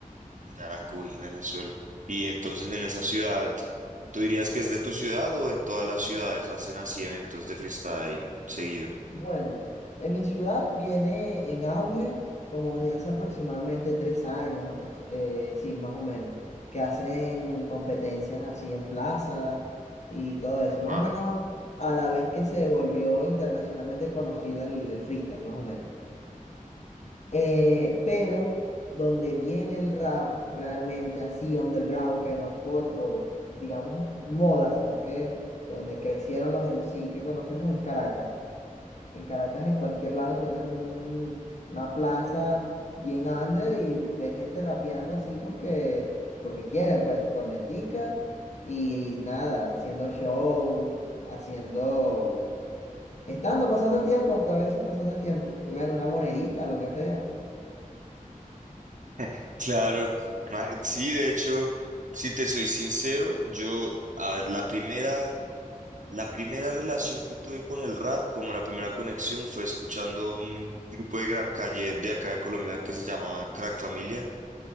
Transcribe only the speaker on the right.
Yaracuy, Venezuela. Y entonces en esa ciudad, ¿tú dirías que es de tu ciudad o en todas las ciudades hacen así eventos de freestyle seguido?
Ajá.
<laughs> Claro, ma- sí, de hecho, si te soy sincero, yo, a ver, la primera, la primera relación que tuve con el rap, como la primera conexión, fue escuchando un grupo de rap calle de acá de Colombia que se llama Crack Familia.